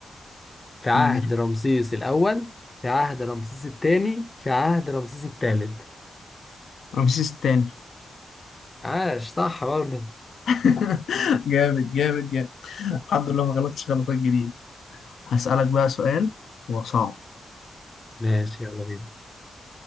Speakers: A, on the left; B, on the left.
A: في عهد
B: اديني
A: رمسيس الأول في عهد رمسيس الثاني في عهد رمسيس الثالث
B: رمسيس التاني
A: عاش صح برضه
B: <laughs> جامد جامد جامد الحمد لله ما غلطتش غلطات جديدة هسألك بقى سؤال هو صعب
A: ماشي يلا بينا